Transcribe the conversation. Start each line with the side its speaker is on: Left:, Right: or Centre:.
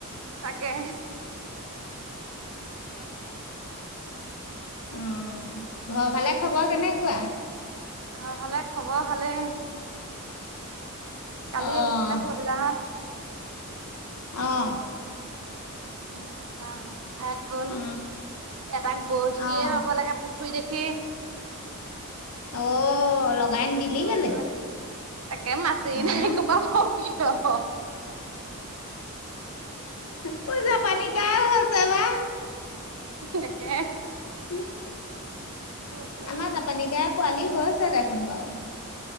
Right: তাকে।
Left: অ'। ঘৰৰ ফালে খবৰ কেনেকুৱা?
Right: ঘৰৰ ভালে খবৰ ভালে। কালি
Left: অ'
Right: আহিছিলে সোনটোদাহঁত।
Left: অ'।
Right: উম পাম ঠাই গ'ল
Left: অ'
Right: এটাক বৰশিয়ে
Left: অ'
Right: পাব লাগে শুই দেখি
Left: অ' লগাইন
Right: বৰশিটোৱাবলৈ
Left: দিলি কেলে?
Right: লাগে তাকে মাছেই
Left: উম,
Right: নাই ক'ৰপৰা পাবি বাৰু।
Left: পইজা পানী কা হৈছে বাা <unintelligible>
Right: তাকে।
Left: উম।
Right: বৰশী
Left: আমাৰ জাপানি কৱৈ পোৱালি হৈছে দেখোন বাও